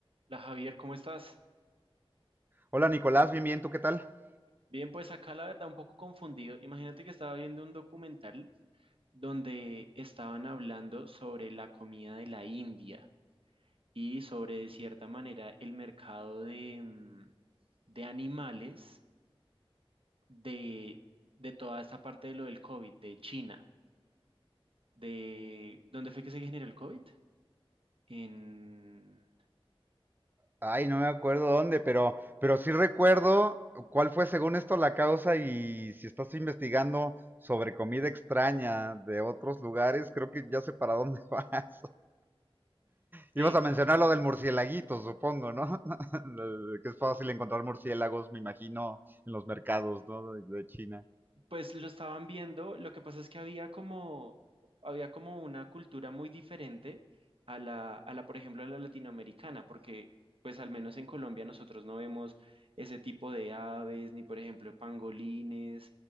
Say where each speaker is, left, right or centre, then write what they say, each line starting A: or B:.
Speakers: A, on the right; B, on the right.
A: La Javier, ¿cómo estás?
B: Hola Nicolás, bien, bien, ¿tú qué tal?
A: Bien, pues acá la verdad un poco confundido. Imagínate que estaba viendo un documental donde estaban hablando sobre la comida de la India y sobre, de cierta manera, el mercado de, mm, de animales de, de toda esta parte de lo del COVID, de China, de... ¿Dónde fue que se generó el COVID? En...
B: Ay, no me acuerdo dónde, pero, pero sí recuerdo cuál fue según esto la causa y si estás investigando sobre comida extraña de otros lugares, creo que ya sé para dónde <laughs> vas. Ibas
A: Sí,
B: a mencionar lo del murciélaguito, supongo, ¿no? <laughs> Que es fácil encontrar murciélagos, me imagino, en los mercados, ¿no? De de China.
A: Pues lo estaban viendo, lo que pasa es que había como, había como una cultura muy diferente a la, a la, por ejemplo, a la latinoamericana, porque pues al menos en Colombia nosotros no vemos ese tipo de aves, ni por ejemplo pangolines,